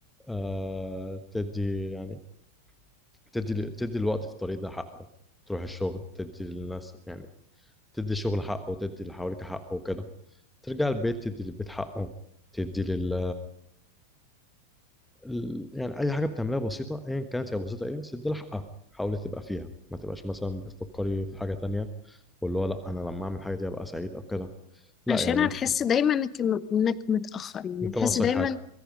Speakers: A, in the centre; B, on the left.
A: آه تدي يعني تدي تدي الوقت في الطريق ده حقه تروح الشغل تدي للناس يعني تدي شغل حقه وتدي اللي حواليك حقه وكده ترجع البيت تدي للبيت حقه تدي لل ال- يعني اي حاجه بتعملها بسيطه ايا كانت هي بسيطه ايه بس تدي لها حقها حاولي تبقى فيها ما تبقاش مثلا بتفكري في حاجه تانية واللي هو لا انا لما اعمل حاجه دي هبقى سعيد او كده لا
B: عشان
A: يعني
B: هتحس
A: انت
B: دايما انك انك متأخر يعني
A: انت
B: هتحس
A: ناقصك
B: دايما
A: فاهمة حاجه